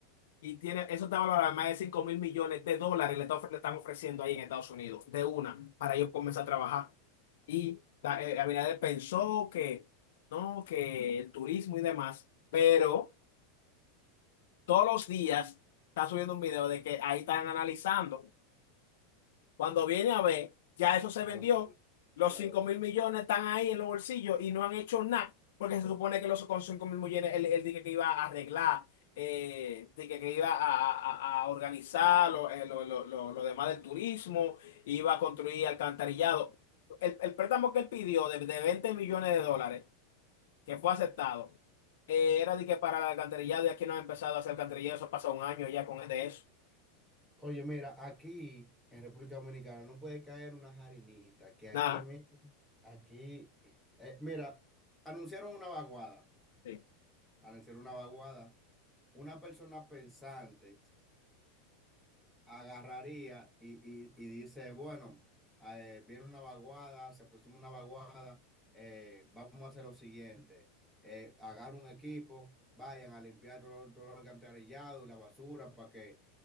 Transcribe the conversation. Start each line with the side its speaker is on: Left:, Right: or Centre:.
Left: Y tiene, eso está valorado en más de 5 mil millones de dólares, le, está ofre- le están ofreciendo ahí en Estados Unidos, de una, para ellos comenzar a trabajar. Y la- eh, Abinader pensó que, no, que el turismo y demás, pero todos los días está subiendo un video de que ahí están analizando. Cuando viene a ver, ya eso se
Centre: ah,
Left: vendió,
Centre: bueno,
Left: los
Centre: ya
Left: 5
Centre: lo sabes.
Left: mil millones están ahí en los bolsillos y no han hecho nada, porque se supone que los, con 5 mil millones él, él dije que iba a arreglar, eh, dije que iba a, a- a organizar lo, eh, lo- lo- lo- lo demás del turismo, iba a construir alcantarillado. El, el préstamo que él pidió de, de 20 millones de dólares que fue aceptado. Eh, era de que para el alcantarillado y aquí no ha empezado a hacer alcantarillado, eso pasa un año ya con de eso.
Centre: Oye, mira, aquí en República Dominicana no puede caer una jarinita, que aquí,
Left: Nada.
Centre: me, aquí, eh, mira, anunciaron una vaguada,
Left: Sí.
Centre: anunciaron una vaguada, una persona pensante. agarraría y, y- y dice, bueno, eh, viene una vaguada, se aproxima una vaguada, eh, vamos a hacer lo siguiente, eh, agarra un equipo, vayan a limpiar todo, lo- todo el alcantarillado y la basura para que